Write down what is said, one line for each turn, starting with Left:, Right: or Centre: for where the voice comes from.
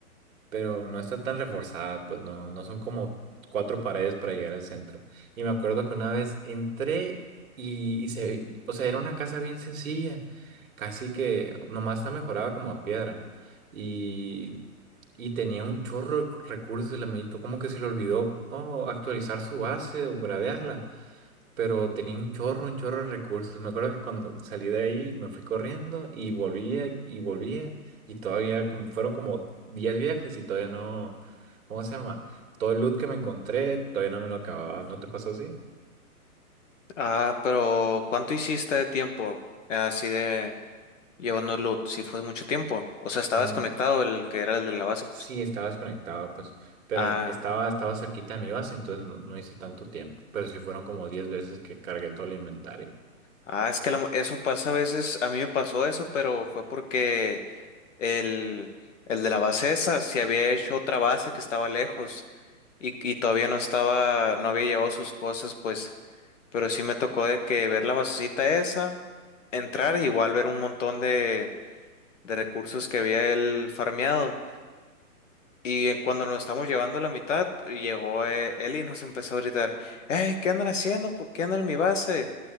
Right: pero no está tan reforzada, pues no, no son como cuatro paredes para llegar al centro. Y me acuerdo que una vez entré y, y se, o sea, era una casa bien sencilla, casi que nomás está mejorada como a piedra. Y, y tenía un chorro de recursos el amiguito, como que se le olvidó oh, actualizar su base o gradearla pero tenía un chorro, un chorro de recursos. Me acuerdo que cuando salí de ahí me fui corriendo y volvía y volvía y todavía como, fueron como 10 viajes y todavía no, ¿cómo se llama? Todo el loot que me encontré todavía no me lo acababa. ¿No te pasó así?
Left: Ah, pero ¿cuánto hiciste de tiempo? Así de... Llevándolo, si fue mucho tiempo. O sea, estaba
Right: Mm,
Left: desconectado el que era el de la base, pues.
Right: sí, estaba desconectado, pues, pero
Left: Ah,
Right: estaba, estaba cerquita de mi base, entonces no, no hice tanto tiempo, pero sí fueron como 10 veces que cargué todo el inventario.
Left: ah, es que la- eso pasa a veces. A mí me pasó eso, pero fue porque el, el de la base esa se había hecho otra base que estaba lejos y, y todavía no estaba, no había llevado sus cosas, pues. Pero sí me tocó de que ver la basecita esa, entrar, e igual ver un montón de, de recursos que había él farmeado. Y eh, cuando nos estamos llevando a la mitad, llegó eh, él y nos empezó a gritar, ¡Ey! ¿Qué andan haciendo? ¿Por qué andan en mi base?